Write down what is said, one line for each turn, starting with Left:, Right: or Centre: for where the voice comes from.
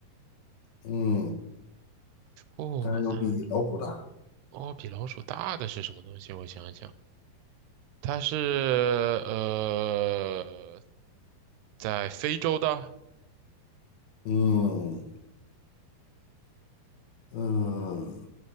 Left: 嗯，
Right: 哦，
Left: 但是又比老虎大。
Right: 那哦，比老鼠大的是什么东西？我想一想，它是呃，在非洲的。
Left: 嗯嗯，